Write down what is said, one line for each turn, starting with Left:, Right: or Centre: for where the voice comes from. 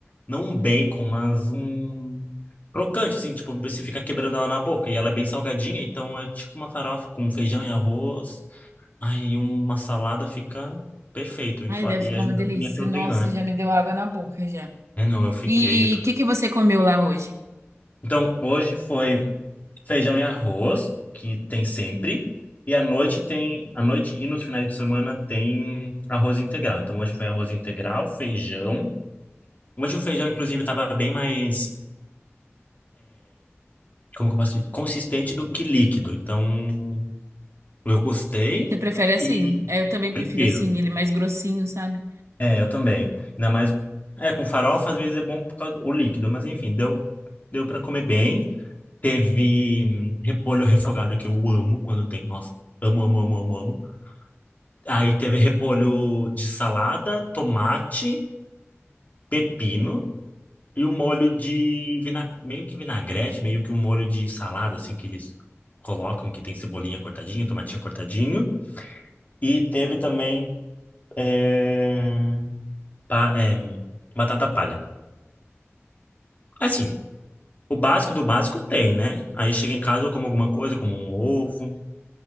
Left: Não um bacon, mas um. Crocante, assim, tipo, você fica quebrando ela na boca. E ela é bem salgadinha, então é tipo uma farofa com feijão e arroz. Ai, e uma salada fica perfeito e,
Right: Aí
Left: fa-
Right: deve
Left: e
Right: ficar
Left: ajuda
Right: uma delícia.
Left: a minha proteína,
Right: Nossa,
Left: né?
Right: já me deu água na boca já.
Left: É, não, eu fiquei.
Right: E o que que você comeu lá hoje?
Left: Então, hoje foi feijão e arroz, que tem sempre. E à noite tem, à noite e nos finais de semana tem arroz integral. Então, hoje foi arroz integral, feijão. Hoje o feijão, inclusive, estava bem mais, como que eu posso dizer? Consistente do que líquido. Então, eu gostei
Right: Você prefere assim?
Left: e
Right: É, eu também
Left: prefiro.
Right: prefiro assim, ele mais grossinho, sabe?
Left: É, eu também. Ainda mais. É, com farofa às vezes é bom por causa do líquido, mas enfim, deu, deu para comer bem. Teve hum, repolho refogado que eu amo quando tem. Nossa, amo, amo, amo, amo, amo. Aí teve repolho de salada, tomate, pepino e um molho de vina... meio que vinagrete, meio que um molho de salada, assim, que eles colocam, que tem cebolinha cortadinha, tomatinho cortadinho. E teve também é, pa- é, batata palha. Assim. O básico do básico tem, né? Aí chega em casa, eu como alguma coisa, como um ovo.